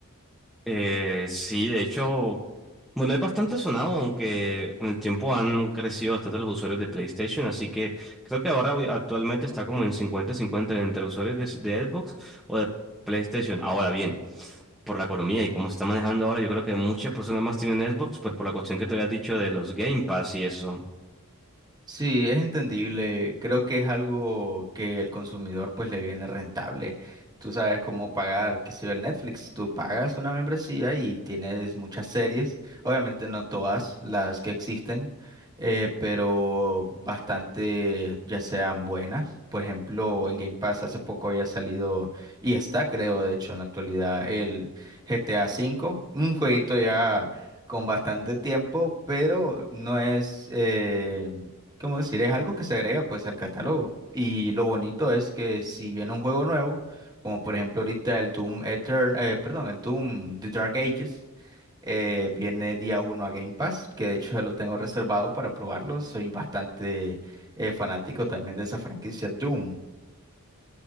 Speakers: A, in the centre; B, on the right (about 20°).
A: Eh, sí, de hecho, bueno, es bastante sonado, aunque con el tiempo han crecido bastante los usuarios de PlayStation, así que creo que ahora hoy- actualmente está como en cincuenta-cincuenta entre usuarios de, de Xbox o de PlayStation. Ahora bien, por la economía y cómo se está manejando ahora, yo creo que muchas personas más tienen Xbox, pues por la cuestión que te había dicho de los Game Pass y eso.
B: Sí, es entendible. Creo que es algo que el consumidor pues le viene rentable. Tú sabes cómo pagar, qué sé yo, el Netflix. Tú pagas una membresía y tienes muchas series. Obviamente no todas las que existen, eh, pero bastante ya sean buenas. Por ejemplo, en Game Pass hace poco había salido y está, creo, de hecho, en la actualidad el GTA V, un jueguito ya con bastante tiempo, pero no es... eh, ¿cómo decir? Es algo que se agrega pues al catálogo. Y lo bonito es que si viene un juego nuevo, como por ejemplo ahorita el Doom Etern, eh, perdón, el Doom The Dark Ages, eh, viene día uno a Game Pass, que de hecho ya lo tengo reservado para probarlo. Soy bastante eh, fanático también de esa franquicia Doom.